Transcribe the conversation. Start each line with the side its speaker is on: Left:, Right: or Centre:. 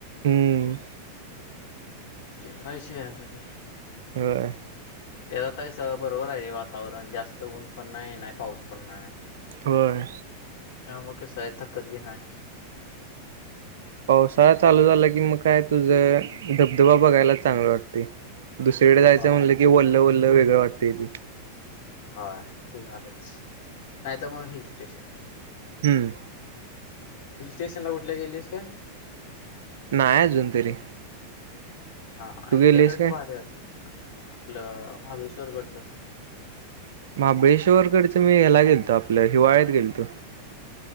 Right: हम्म.
Left: तेवढा विषय व्हायचा की.
Right: होय.
Left: त्यात आता कस बरोबर आहे वातावरण जास्त ऊन पण नाही नाही पाऊस पण नाही.
Right: होय.
Left: त्यामुळ कसाय थकत बी नाय.
Right: पावसाळा चालू झाला की मग काय तुझ धबधबा बघायला चांगला वाटतय. दुसरीकडे जायचं
Left: होय
Right: म्हटलं की वल्ल वल्ल वेगळं वातंय ते.
Left: हाय ते झालंच नाही तर मग हिल स्टेशन.
Right: हम्म.
Left: हिल स्टेशन ला कुठल्या गेलीस काय?
Right: नाही अजून तरी.
Left: हा
Right: तू गेलेस
Left: ह्याच्याकडचं
Right: काय
Left: भारी आहे. आपलं महाबळेश्वर गडच.
Right: महाबळेश्वर गडचं मी ह्याला गेलतो आपल्या हिवाळ्यात गेलतो.